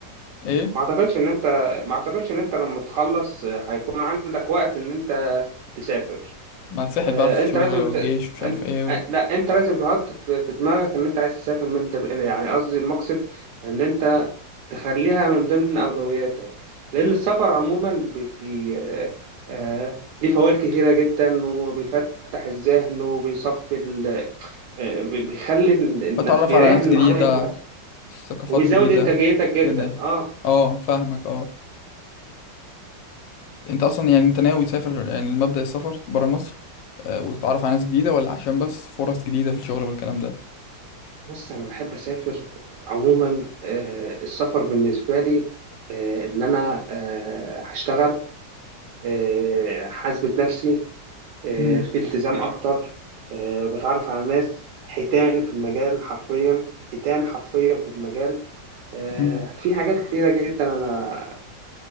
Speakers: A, on the left (about 80°); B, on the right (about 75°).
A: إيه؟
B: ما أعتقدش إن أنت ما أعتقدش إن أنت لما تخلص آه، هيكون عندك وقت إن أنت تسافر
A: ما هتسحل
B: آه،
A: بقى في
B: انت
A: الشغل
B: لازم
A: والجيش
B: ت...
A: ومش
B: أن...
A: عارف إيه و...
B: آه، لا انت لازم تحط في في دماغك ان انت عايز تسافر من دل... يعني يعني قصدي المقصد ان انت تخليها من ضمن اولوياتك لان السفر عموما بي... آه، آه، ليه فوائد كتيرة جدا وبيفتح الذهن وبيصفي ال... آه، بي- بيخلي ال- النفس
A: وأتعرف
B: بيريح
A: على ناس
B: النفسية
A: جديدة ثقافات
B: وبيزود
A: جديدة
B: انتاجيتك جدا
A: كده يعني.
B: اه
A: اه فاهمك اه انت اصلا يعني انت ناوي تسافر يعني مبدأ السفر برا مصر آه، وتتعرف على ناس جديدة ولا عشان بس فرص جديدة في الشغل والكلام ده
B: بص انا بحب اسافر عموما آه، السفر بالنسبة لي آه، ان انا آه، هشتغل آه، حاسبة نفسي آه،
A: مم.
B: في التزام أكتر آه، بتعرف على ناس حيتان في المجال حرفيا حيتان حرفيا في المجال آه،
A: مم.
B: في حاجات كتيرة جدا أنا